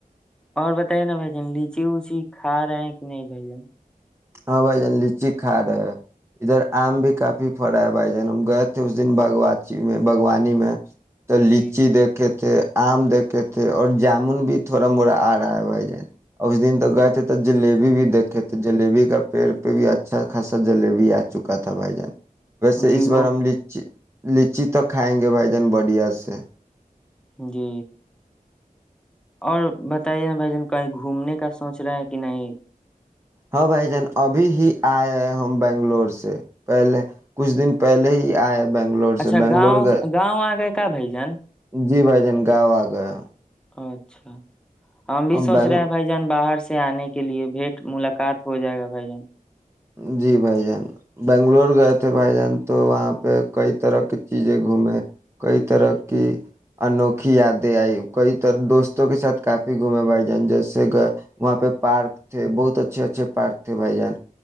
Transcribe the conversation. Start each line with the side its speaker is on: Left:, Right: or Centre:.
Centre: اور بتے نا بھائی جن لیچی ووچی کھا رہے ہیں کہ نہیں بھائی جن
Right: ہاں بھائی جان لچی کھا رہے ہیں ادھر آم بھی کافی پڑا ہے بھائی جان ہم گئے تھے اس دن باوچی میں باغوانی میں تو لچی
Centre: جی
Right: دیکھے تھے آم دیکھے تھے اور جامن بھی تھوڑا موڑا آ رہا ہے بھائی جان اس دن تو گئے تھے تو جلیبی بھی دیکھے تھے جلیبی کا پیڑ پہ بھی اچھا خاصا جلیبی آ چکا تھا بھائی جان ویسے
Centre: جی
Right: اس بار
Centre: وہ
Right: ہمچی لچی توک کھائیں گے بھائی جان بڑھیا سے
Centre: جی اور بتائیے نا بھائی جان کہیں گھومنے کا سوچ رہا ہے کہ نہیں
Right: ہ بھائی جان ابھی ہی آئے ہیں ہم بنگلور سے پہلے کچھ دن پہلے ہی آئے بنگلور
Centre: اچھا
Right: سے بنگلور
Centre: گاؤں
Right: گئے
Centre: گاؤں آ گئے کا بھائی جان
Right: جی بھائی جان گاؤ آ گئے
Centre: اچھا ہم بھی سوچ
Right: بنگ
Centre: رہے ہیں بھائی جان باہر سے سے آنے کے لیے بھیٹ ملاقات ہو جائے گا بھائی جان
Right: جی بھائی جان بنگلور گئے تھے بھائی جان تو وہاں پہ کئی طرح کی چیزیں گھومے کئی طرح کی انوکھی یادیں آئی کئی طرح دوستوں کے ساتھ کافی گھومے بھائی جان جیسے گئے وہاں پہ پارک تھے بہت اچھے اچھے پارک تھے بھائی جان